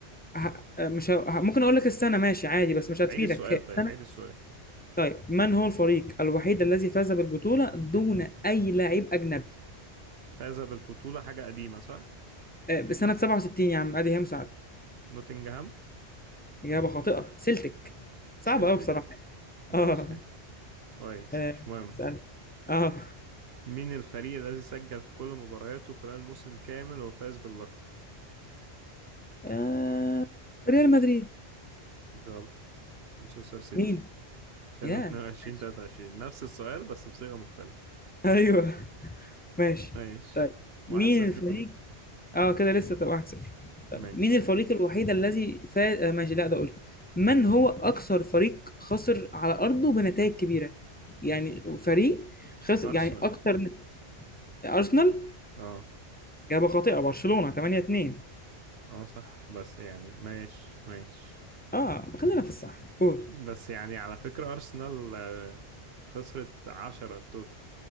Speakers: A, on the left; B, on the right.
A: ه... آه، مش ه... ه- ممكن اقول لك السنه ماشي عادي بس مش هتفيدك
B: عيد السؤال
A: هي
B: طيب
A: سنه
B: عيد السؤال
A: طيب من هو الفريق الوحيد الذي فاز بالبطوله دون اي لاعب اجنبي
B: فاز بالبطولة حاجة قديمة صح؟
A: آه، بسنه 67 يا عم ادي هي مساعده
B: نوتنجهام
A: إجابة خاطئة سلتك صعبة
B: سيلتيك
A: أوي بصراحة
B: ماشي
A: آه
B: كويس
A: آه،
B: مش مهم
A: اسأل آه
B: مين الفريق الذي سجل في كل مبارياته خلال موسم كامل وفاز باللقب؟
A: آه، ريال مدريد
B: غلط مانشستر سيتي
A: مين؟
B: 2022
A: يا ماشي
B: 23 نفس السؤال بس بصيغة مختلفة
A: أيوه ماشي
B: ماشي
A: طيب مين
B: واحد صفر
A: الفريق
B: كلنا
A: آه كده لسه طب 1-0 طيب
B: ماشي
A: مين الفريق الوحيد الذي فاز آه ماشي لا ده قلته من هو أكثر فريق خسر على أرضه بنتائج كبيرة؟ يعني فريق خسر
B: أرسنال
A: يعني أكثر أرسنال
B: اه
A: إجابة خاطئة برشلونة 8-2
B: اه صح بس يعني ماشي ماشي
A: آه خلينا في الصح قول
B: بس يعني على فكرة أرسنال آه، خسرت عشرة توتال